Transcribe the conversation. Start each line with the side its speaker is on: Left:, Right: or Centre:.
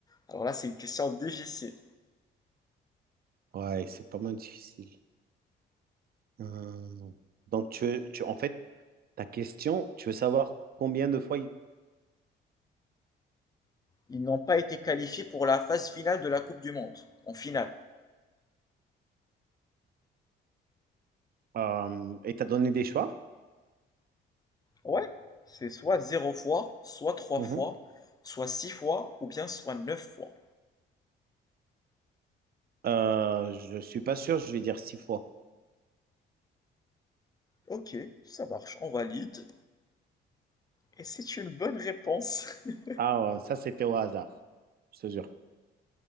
Left: Alors là, c'est une question difficile.
Right: ouais, c'est pas mal difficile. Euh, Donc, tu, veux- tu, en fait, ta question, tu veux savoir combien de fois il-
Left: Ils n'ont pas été qualifiés pour la phase finale de la Coupe du Monde, en finale.
Right: euh, et t'as donné des choix?
Left: Ouais, c'est soit zéro fois, soit trois
Right: Mhm.
Left: fois, soit 6 fois, ou bien soit 9 fois.
Right: Euh, je suis pas sûr, je vais dire six fois.
Left: Ok, ça marche, on valide. Et c'est une bonne réponse. <laughs>
Right: Ah, euh, ça, c'était au hasard, je te jure.